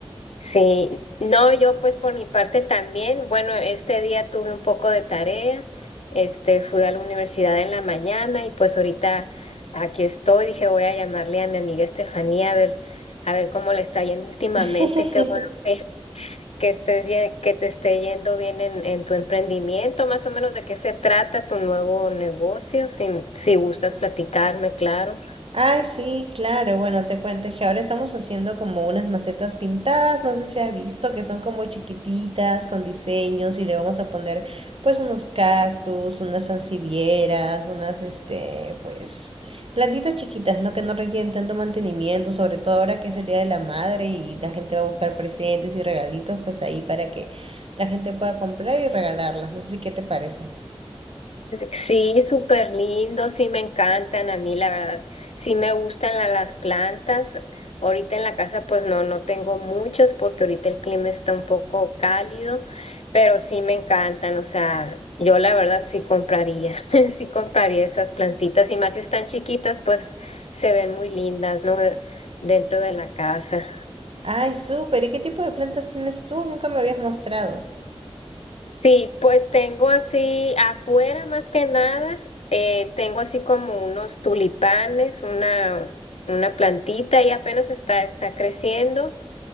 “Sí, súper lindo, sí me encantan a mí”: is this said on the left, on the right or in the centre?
Left